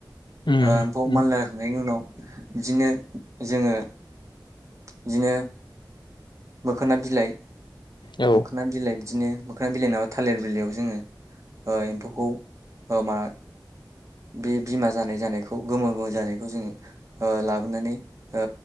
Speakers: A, on the left; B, on the right.
A: उम
B: ओ एम्फौ
A: उम
B: मानला उनाव बिदिनो जोङो बिदिनो मोखोना बिलाइ
A: औ
B: मोखोना बिलाइ बिदिनो मोखां बिलाइ नाबा थालिर बिलाइयाव जोङो ओ एम्फौखौ माबा बे बिमा जानाय जानायखौ गोमो गोमो जानायखौ बेखौ जोङो ओ लाबोनानै ओ